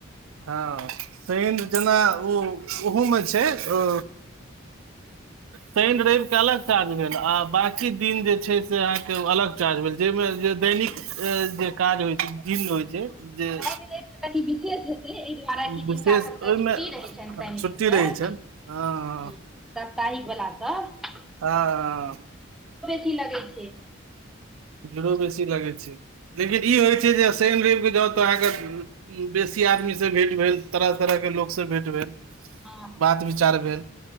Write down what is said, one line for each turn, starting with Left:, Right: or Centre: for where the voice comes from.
Right: हँ शइन जेना ओ ओहूमे छै ओ
Centre: <inaudible>
Right: शइन रइब के अलग चार्ज भेल आ बकी दिन जे छै, से अहाँके अलग चार्ज भेल जाहिमे जे दैनिक जे काज होइ छै दिन होइ छै। जे
Centre: काईल जाइसॅ त निके छल एहिदुआरे
Right: विशेष
Centre: कि जिनका सब
Right: ओहिमे
Centre: क छुट्टी रह छनि शइन
Right: छुट्टी
Centre: दिनक
Right: रहै छै हँ
Centre: हू हॉ एहि बला पर
Right: अ हाँ
Centre: की लगे छैे
Right: रो बेसी लागै छै लेकिन ई होइ छै जे शइन रइब जाउ तऽ अहाँके बेसी आदमी से भेट भेल तरह तरह के लोग से भेंट भेल
Centre: हॉ
Right: बात विचार भेल